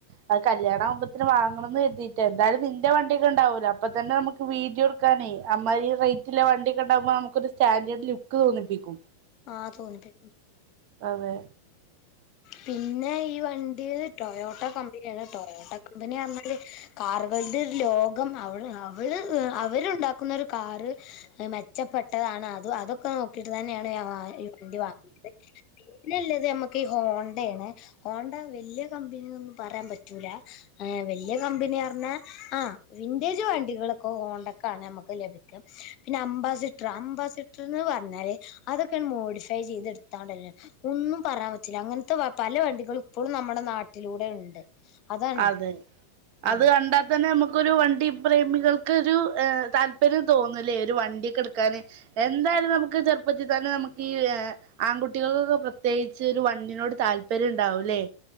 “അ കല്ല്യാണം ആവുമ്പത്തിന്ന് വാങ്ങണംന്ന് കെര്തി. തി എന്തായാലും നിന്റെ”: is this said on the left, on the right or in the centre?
Right